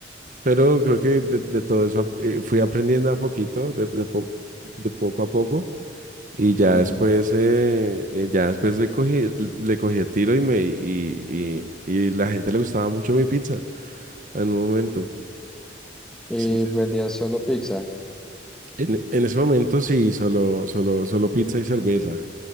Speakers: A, on the right; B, in the centre.
A: Pero creo que de, de todo eso ap- eh, fui aprendiendo a poquito, de, de po- de poco a poco, y ya
B: Ujú.
A: después, eh, eh, ya después le cogí, le cogí el tiro y me y, y, y la gente le gustaba mucho mi pizza en un momento.
B: ¿Y
A: Sí, sí,
B: vendías
A: sí.
B: solo pizza?
A: En, en ese momento sí, solo, solo, solo pizza y cerveza.